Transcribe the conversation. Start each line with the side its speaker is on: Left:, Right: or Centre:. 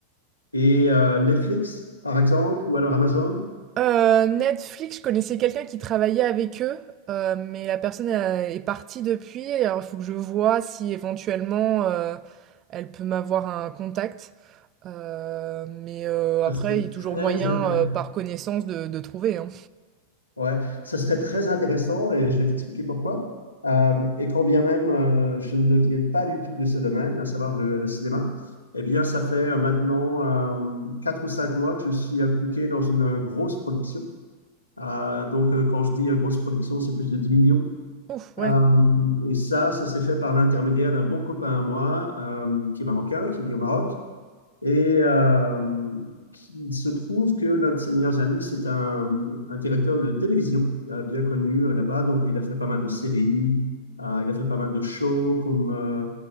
Left: Et euh, Netflix, par exemple, ou alors Amazon?
Right: Heu, Netflix, je connaissais quelqu'un qui travaillait avec eux, heu, mais la personne a est partie depuis. Alors il faut que je vois si éventuellement, heu, elle peut m'avoir un contact. Heu, mais heu, après,
Left: Ça, c'est
Right: il y a toujours
Left: très
Right: moyen,
Left: intéressant.
Right: heu, par connaissance de de trouver, hein.
Left: Ouais, ça serait très intéressant et je vais t'expliquer pourquoi. Euh, et quand bien même euh, je ne viens pas du tout de ce domaine, à savoir le, le cinéma, eh bien, ça fait euh, maintenant euh, quatre ou cinq mois que je suis impliqué dans une euh, grosse production. Euh, donc, euh, quand je dis euh, grosse production, c'est plus de 10 millions.
Right: Ouf, ouais,
Left: Euh, et ça, ça s'est fait par l'intermédiaire d'un bon copain à moi euh, qui est marocain, qui vit au Maroc et euh, il se trouve que l'un de ses meilleurs amis, c'est un, un directeur de télévision euh, bien connu euh, là-bas. Donc, il a fait pas mal de séries, euh, il a fait pas mal de shows comme. euh,